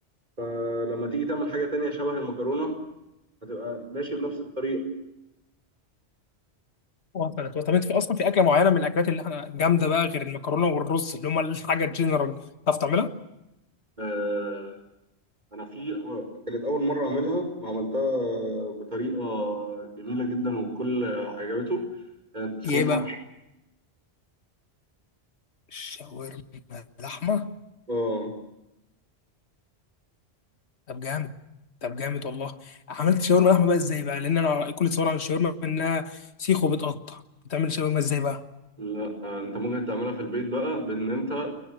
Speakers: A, on the right; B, on the left.
A: فلما تيجي تعمل حاجه تانية شبه المكرونه هتبقى ماشي بنفس الطريقه
B: وصلت وصلت طب انت في اصلا في اكله معينه من الاكلات اللي احنا جامده بقى غير المكرونه والرز اللي هم الحاجه الجنرال تعرف تعملها؟
A: آه، انا في آه، كانت اول مره اعملها وعملتها بطريقه جميله جدا والكل عجبته كانت شاورما
B: ايه بقى؟ شاورما لحمه
A: اه
B: طب جامد طب جامد والله عملت شاورما لحمه بقى ازاي بقى لان انا كل تصور عن الشاورما انها سيخ وبتقطع بتعمل شاورما ازاي بقى
A: لا آه، انت ممكن تعملها في البيت بقى بان انت